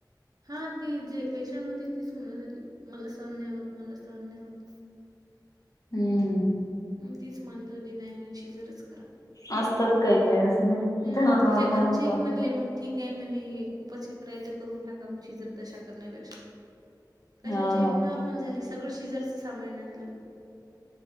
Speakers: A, on the right; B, on the left.
A: हा ती जे पेशंट होती तीच म्हणत होती, मला सहन नाही होत मला सहन नाही होत.
B: हम्म
A: म तिच म्हणत होती नाय मी शिजरच
B: असतात काही काही असं नाही,
A: हं,
B: ज्याला नॉर्मल
A: तिच्या घरचेही
B: नको
A: म्हणले,
B: अस
A: "मग ठीक आहे म्हणे, खूपच हे करायल तर करून टाका मग शिजर दशा करण्यापेक्षा. कशाचीली
B: हा हा
A: नॉर्मल झाली सगळं शिजरच सामान आणलं होत.